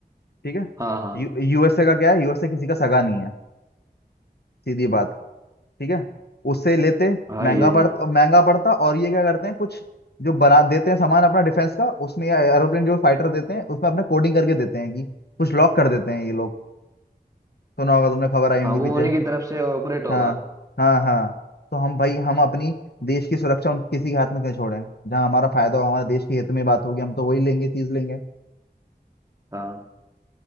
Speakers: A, on the left; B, on the right.
A: ठीक है
B: हाँ हाँ
A: यू यूएसए का क्या है यूएसए किसी का सगा नहीं है सीधी बात ठीक है उससे लेते
B: हाँ
A: महंगा
B: ये
A: पड़ता
B: भी
A: महंगा पड़ता और ये क्या करते हैं कुछ जो बना देते हैं सामान अपना डिफेंस का उसमें या एरोप्लेन जो फाइटर देते हैं उसमें अपने कोडिंग करके देते हैं कि कुछ लॉक कर देते हैं ये लोग सुना होगा तुमने खबर आई होंगी
B: हाँ वो
A: पीछे
B: उन्हीं की तरफ से ऑपरेट होगा
A: हाँ हाँ हाँ तो हम भाई हम अपनी देश की सुरक्षा उन किसी के हाथ में क्यों छोड़ें जहाँ हमारा फायदा हो हमारे देश के हित में बात होगी हम तो वही लेंगे चीज लेंगे
B: हाँ